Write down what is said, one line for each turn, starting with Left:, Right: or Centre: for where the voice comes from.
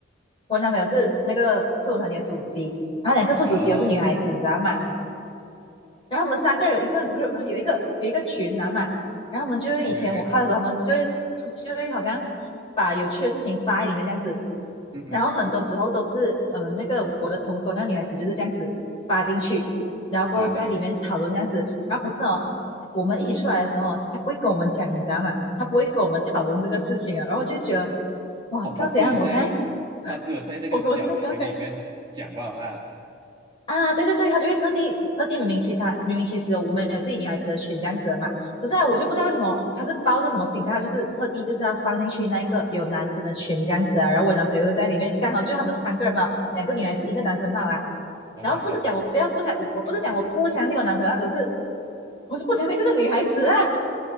Left: 我男朋友是那个自我团体的主席，然后两个副主席又是女孩子，
Right: 啊
Left: 你知道吗？然后我们三个人有一个 group，有一个有一个群啊嘛，然后我们就会以前我看的时候，
Right: ，OK，OK，OK，
Left: 他们就会就会好像把有趣的事情发在里面这样子，
Right: 嗯哼，
Left: 然后很多时候都是呃那个我的同桌那女孩子就是这样子发进去，然后过后在里面讨论这样子，
Right: 啊哈，
Left: 然后可是哦我们一起出来的时候哦，她不会跟我们讲，你知道吗？她不会跟我们讨论这个事情啊，然后我就觉得哇，
Right: 哦，
Left: 知道怎样？
Right: 他只有在
Left: 我现在
Right: 他只有在那个小群里面讲吧，
Left: <laughs> 我我现在
Right: 啊，
Left: 啊，对对对，他就会特地特地明明其他明明其实我们有自己女孩子的群这样子的嘛，可是啊，我就不知道为什么他是抱着什么心态，他就是特地就是要放进去那一个有男生的群这样子啊，然后我男朋友在里面，刚好就他们三个人嘛，两个女孩子一个男生嘛啊，
Right: 哈哈哈。
Left: 然后不是讲我不要不想我我不是讲我不相信我男朋友啊，可是我是不相信这个女孩子啊